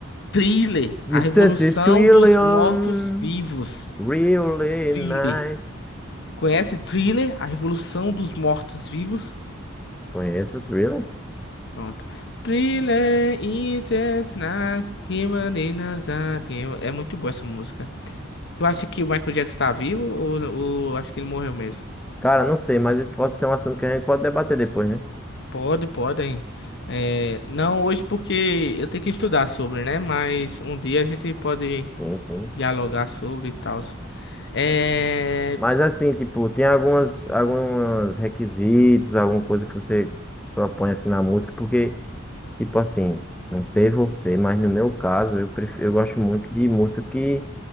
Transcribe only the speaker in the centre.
Distante
Trillion,
Really
Night.
Conheço o Thriller?
Cara, não sei, mas isso pode ser um assunto que a gente pode debater depois, né?
Sim, sim.
Mas assim, tipo, tem algumas, alguns requisitos, alguma coisa que você propõe assim na música, porque. Tipo assim, não sei você, mas no meu caso, eu, pref... eu gosto muito de músicas que,